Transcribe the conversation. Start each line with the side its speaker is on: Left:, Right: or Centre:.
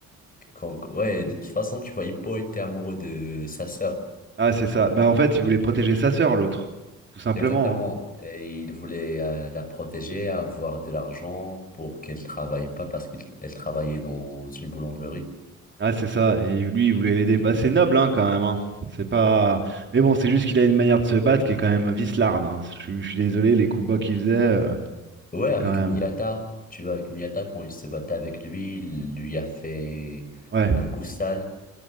Left: que- comme- ouais, de toute façon, tu vois, Hippo était amoureux de sa sœur.
Right: Ah, c'est ça. Bah, en fait, il voulait protéger sa sœur, l'autre. Tout simplement.
Left: Exactement.
Right: hein.
Left: Et il voulait euh, la protéger, avoir de l'argent pour qu'elle travaille pas parce qu'elle elle travaillait dans une boulangerie.
Right: Ah, c'est ça. Et lui, il voulait l'aider. Bah, c'est noble, hein, quand même. hein. C'est pas. Mais bon, c'est juste qu'il a une manière de se battre qui est quand même vicelarde. hein. Je, suis je suis désolé, les coups bas qu'il faisait, euh,
Left: Ouais,
Right: c'est
Left: avec
Right: quand même.
Left: Miyata. Tu vois, avec Miyata, quand il se battait avec lui, il lui a fait
Right: Ouais,
Left: un coup sale.